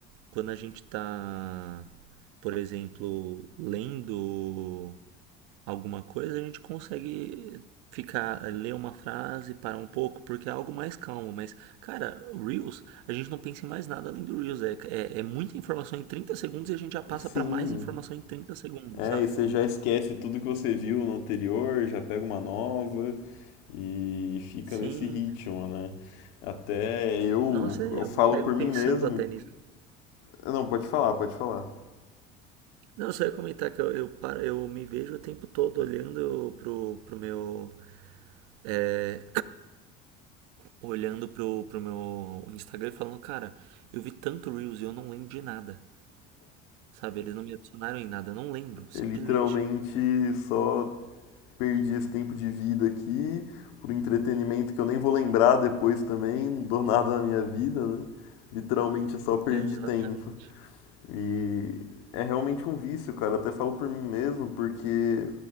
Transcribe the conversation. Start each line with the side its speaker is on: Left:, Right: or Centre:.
Right: quando a gente está, por exemplo, lendo alguma coisa, a gente consegue ficar, ler uma frase, parar um pouco, porque é algo mais calmo. Mas, cara, Reels, a gente não pensa em mais nada além do Reels. É, é, é muita informação em 30 segundos e a gente já passa
Left: sim.
Right: para mais informação em 30 segundos,
Left: É,
Right: sabe?
Left: e você já esquece tudo que você viu no anterior, já pega uma nova e fica
Right: Sim.
Left: nesse ritmo, né? Até eu,
Right: Nossa, é,
Left: eu
Right: eu
Left: falo
Right: me pego
Left: por mim
Right: pensando
Left: mesmo.
Right: até nisso.
Left: Não, pode falar, pode falar.
Right: Não, eu só ia comentar que eu, eu, paro- eu me vejo o tempo todo olhando pro, pro meu é, olhando pro, pro meu Instagram e falando, cara, eu vi tanto Reels e eu não lembro de nada. Sabe? Eles não me adicionaram em nada, eu não lembro, simplesmente.
Left: Eu literalmente só perdi esse tempo de vida aqui por entretenimento que eu nem vou lembrar depois também, não dou <laughs> nada na minha vida, né? Literalmente só perdi
Right: É exatamente.
Left: tempo. E é realmente um vício, cara. Até falo por mim mesmo, porque